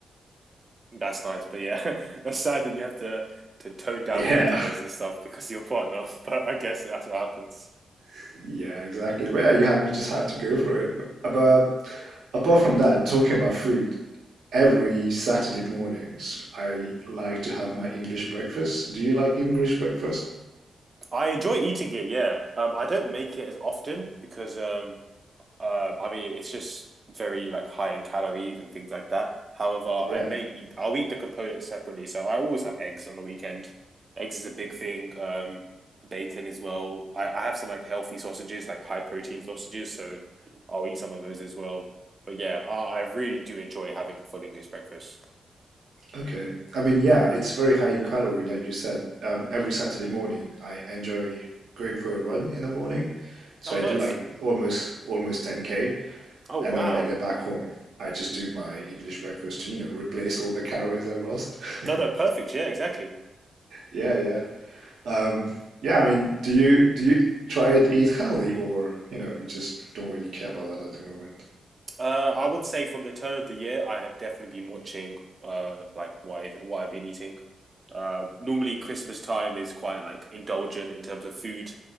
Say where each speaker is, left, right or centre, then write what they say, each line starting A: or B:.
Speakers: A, on the right; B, on the right.
A: that's nice. But yeah, <laughs> that's sad that you have to to tone down
B: Yeah,
A: your dinners and stuff because of your partner. <laughs> But I guess that's what happens.
B: <laughs> yeah, exactly. But yeah, you have you just have to go for it. But, but apart from that, talking about food, every Saturday mornings I like to have my English breakfast. Do you like English breakfast?
A: I enjoy eating it, yeah. Um, I don't make it as often because um Um, I mean, it's just very like high in calories and things like that. However, I
B: Yeah.
A: may eat. I'll eat the components separately. So I always have eggs on the weekend. Eggs is a big thing. Um, bacon as well. I, I have some like healthy sausages, like high protein sausages. So I'll eat some of those as well. But yeah, I, I really do enjoy having a full English breakfast.
B: Okay. I mean, yeah, it's very high in calorie, like you said. Um, every Saturday morning, I enjoy going for a run in the morning. So
A: Oh,
B: I
A: nice.
B: do like almost almost 10K.
A: Oh,
B: And
A: wow.
B: then when I get back home, I just do my English breakfast to, you know, replace all the calories I've lost. <laughs>
A: No, no, perfect. Yeah, exactly.
B: Yeah, yeah. Um, yeah, I mean, do you do you try to eat healthy or, you know, you just don't really care about that at the moment?
A: Uh, I would say from the turn of the year, I have definitely been watching uh like what I've, what I've been eating. Uh, normally Christmas time is quite like indulgent in terms of food,